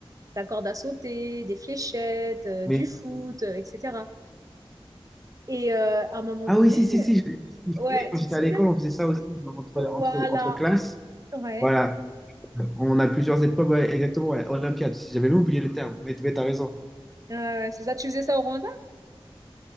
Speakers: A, on the right; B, in the centre.
A: la corde à sauter, des fléchettes, euh,
B: Mais...
A: du foot, euh, etc. Et euh, à un moment
B: Ah
A: donné,
B: oui, si, si, si. Je, je
A: ouais,
B: connais, quand
A: tu
B: j'étais
A: te souviens?
B: à l'école, on faisait ça aussi dans- entre,
A: Voilà.
B: entre, entre classes.
A: Ouais.
B: Voilà. On a plusieurs épreuves, ouais, exactement. ouais, Olympiade. Si J'avais même oublié le terme, mais, mais t'as raison.
A: Euh, c'est ça, tu faisais ça au Rwanda?